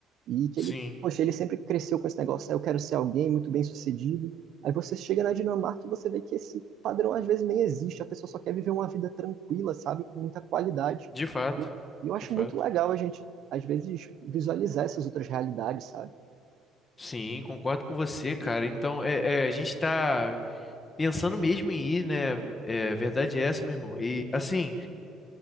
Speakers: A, on the right; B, on the left.
A: E que
B: Sim,
A: ele, poxa, ele sempre cresceu com esse negócio, "Ah, eu quero ser alguém muito bem-sucedido. Aí você chega na Dinamarca e você vê que esse padrão às vezes nem existe, a pessoa só quer viver uma vida tranquila, sabe, com muita qualidade.
B: de fato,
A: E eu, eu acho
B: de fato.
A: muito legal a gente, às vezes, visualizar essas outras realidades, sabe?
B: Sim, concordo com você, cara. Então, é, é, a gente tá pensando mesmo em ir, né? É, verdade é essa, meu irmão. E, assim,